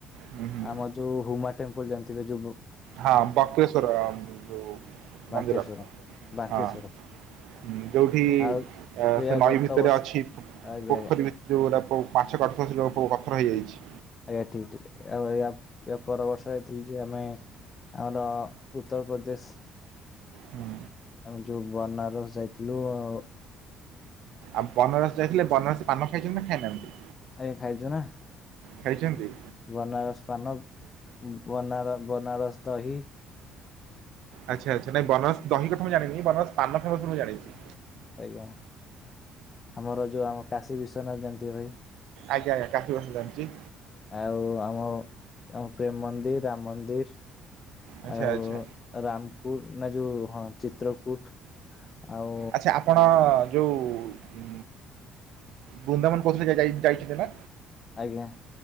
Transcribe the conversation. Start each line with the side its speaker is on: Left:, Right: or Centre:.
Right: ହୁଁ ହୁଁ
Left: ଆମ ଯୋଉ ହୁମା ଟେମ୍ପଲ ଜାଣିଥିବେ ଯୋଉ ବୁ
Right: ହଁ ବକ୍ରେଶ୍ୱର ଯୋଉ
Left: ବାଙ୍କେଶ୍ଵର
Right: ମନ୍ଦିର
Left: ବାଙ୍କେଶ୍ଵର
Right: ହଁ। ହୁଁ ଯୋଉଠି
Left: ଆଉ ଏହା
Right: ସେ ନଈ
Left: ଗତ
Right: ଭିତରେ
Left: ବର୍ଷ
Right: ଅଛି
Left: ଆଜ୍ଞା
Right: ପୋଖରୀ
Left: ଆଜ୍ଞା
Right: ଭିତ - ଯେଉଁଗୁଡ଼ା ପ ମାଛ କାଟୁଥିବ ସେ ଲୋକ ପ ପଥର ହେଇଯାଇଛି।
Left: ଆଜ୍ଞା ଠିକ ଠିକ ଆଉ ୟା ୟା ପର ବର୍ଷ ଯାଇଥିଲୁ ଯେ ଆମେ ଆମର ଉତ୍ତରପ୍ରଦେଶ
Right: ହୁଁ।
Left: ଆମେ ଯୋଉ ବନାରସ୍ ଯାଇଥିଲୁ ଆଉ
Right: ଆଉ ବନାରସ ଯାଇଥିଲେ ବନରସୀ ପାନ ଖାଇଛନ୍ତି ନା ଖାଇନାହାନ୍ତି?
Left: ଆଜ୍ଞା ଖାଇଚୁ ନା।
Right: ଖାଇଚନ୍ତି?
Left: ବନାରସ ପାନ ଉ ଉ ବନାର ବନାରସ ଦହି
Right: ଆଚ୍ଛା ଆଚ୍ଛା ନାଇଁ ବନାରସ ଦହି କଥା ମୁଁ ଜାଣିନି ବନାରସ ପାନ ଫେମସ ମୁଁ ଜାଣିଚି।
Left: ଆଜ୍ଞା, ଆମର ଯୋଉ ଆମ କାଶୀ ବିଶ୍ଵନାଥ ଜାଣିଥିବେ ଭାଇ?
Right: ଆଜ୍ଞା ଆଜ୍ଞା କାଶୀବି <unintelligible> ଯାଣିଚି।
Left: ଆଉ ଆମ ଆମ ପ୍ରେମ ମନ୍ଦିର, ରାମ ମନ୍ଦିର
Right: ଆଚ୍ଛା
Left: ଆଉ
Right: ଆଚ୍ଛା
Left: ରାମକୁଟ ନା ଯୋଉ ହଁ ଚିତ୍ରକୁଟ- ଆଉ
Right: ଆଚ୍ଛା ଆପଣ ଯୋଉ ଉଁ ବୃନ୍ଦାବନ କହୁଥିଲେ ଯା ଯାଇଛନ୍ତି ନା?
Left: ଆଜ୍ଞା।